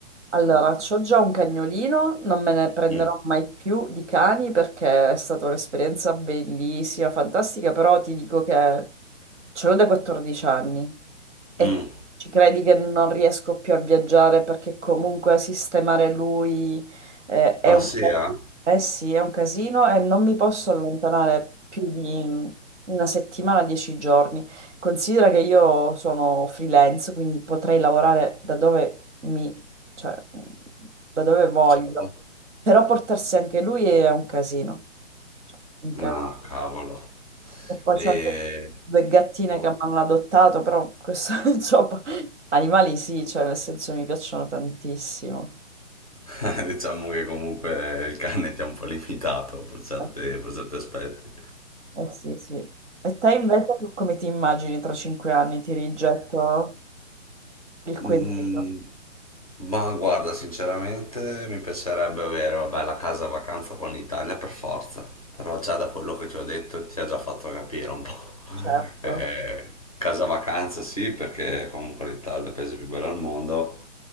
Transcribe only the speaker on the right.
Allora, c'ho già un cagnolino, non me ne prenderò
mai più di cani perché è stata un'esperienza bellissima, fantastica, però ti dico che ce l'ho da 14 anni e
ci credi che non riesco più a viaggiare perché comunque sistemare lui eh, è
un
casino,
eh sì, è un casino e non mi posso allontanare più di una settimana, 10 giorni. Considera che io sono freelance, quindi potrei lavorare da dove mi cioè mh, da dove voglio.
Però portarsi anche lui è un casino. Cioè, un casino.
E poi
c'ho anche due gattine
che mi hanno adottato, però questo, <laughs> insomma, animali sì, cioè nel senso mi piacciono tantissimo.
Eh
sì, eh sì. sì. E te invece tu come ti immagini tra cinque anni? Ti rigetto il quesito,
certo.